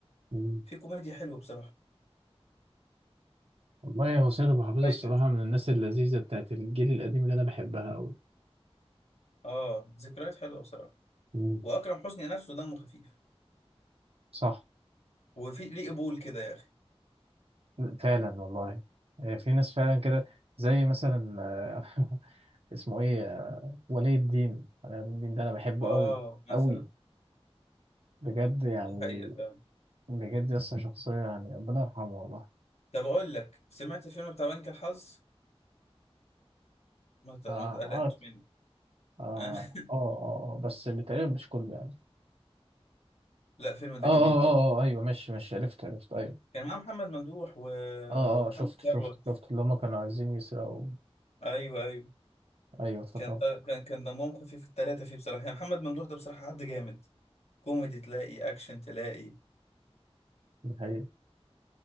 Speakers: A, on the right; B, on the left.
A: مم.
B: في كوميديا حلوه بصراحه
A: والله هو سيد أبو حفيظ
B: فايتك
A: الصراحة من الناس اللذيذة بتاعت الجيل القديم اللي أنا بحبها أوي
B: اه ذكريات حلوه بصراحه
A: مم.
B: واكرم حسني نفسه دمه خفيف
A: صح
B: وفي ليه قبول كده يا اخي
A: فعلا والله آه، في ناس فعلا كده زي مثلا آه، <laughs> اسمه ايه آه، ولي الدين أنا ولي الدين ده انا بحبه
B: اه
A: قوي
B: مثلا
A: قوي بجد يعني
B: دي حقيقه فعلا
A: بجد يسطا شخصية يعني ربنا يرحمه والله
B: طب اقول لك سمعت الفيلم بتاع بنك الحظ ما ت- ما
A: آه،
B: تقلقنيش
A: عارف
B: منه
A: اه
B: <laughs>
A: اه اه آه، بس تقريبا مش كله يعني
B: لا فيلم ده
A: اه اه
B: جميل برضه
A: اه اه اه، ايوه ماشي ماشي عرفت عرفت ايوه
B: كان معاه محمد ممدوح و...
A: اه اه
B: ومحمد
A: اه، شفت شفت
B: ثروت
A: شفت اللي هما كانوا عايزين يسرقوا
B: ايوه ايوه
A: ايوه افتكرت
B: كان كان كان دمهم خفيف الثلاثه فيه بصراحه يعني محمد ممدوح ده بصراحه حد جامد كوميدي تلاقي اكشن تلاقي
A: دي حقيقة